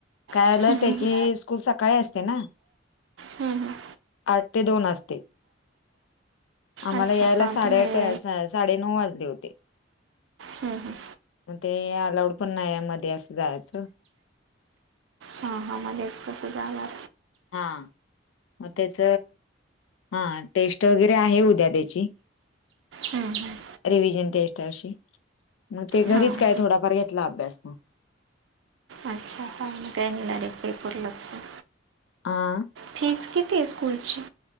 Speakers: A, on the left (about 80°); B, on the right (about 70°).
A: काय
B: हं,
A: आलं त्याची
B: हं,
A: स्कूल सकाळी असते ना.
B: हम् हम.
A: आठ ते दोन असते. आम्हाला
B: अच्छा
A: यायला
B: हां
A: साडेआठ,
B: तुम्हाला
A: साडेनऊ वाजले होते.
B: हम्म हम्म.
A: म ते अलाऊड पण नाहीये मध्ये असं जायाच.
B: हां हां मध्येच कसं जाणार.
A: हां. म त्याच, हा टेस्ट वगैरे आहे उद्या त्याची.
B: हम्म हम्.
A: रिव्हजन टेस्ट अशी, म ते
B: हां
A: घरीच काय थोडाफार घेतला अभ्यास म. <inaudible>
B: अच्छा हा म काहीेडयरेक् पपूर्लगस <inaudible>
A: हां
B: फिज किती आहे स्कूलची?